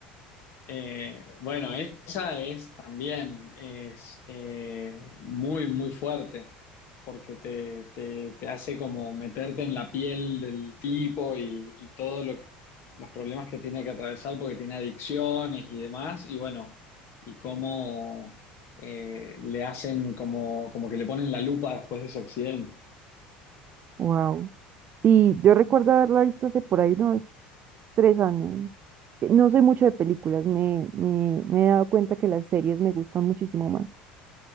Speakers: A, on the left; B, on the right.
A: Eh, bueno, esa es también es eh, muy, muy fuerte, porque te, te- te hace como meterte en la piel del tipo y, y todo lo que- los problemas que tiene que atravesar porque tiene adicciones y demás, y bueno, y cómo eh, le hacen como, como que le ponen la lupa después de ese accidente.
B: Wow. Sí, yo recuerdo haberla visto hace por ahí unos tres años. Que No soy mucho de películas, me, me, me he dado cuenta que las series me gustan muchísimo más.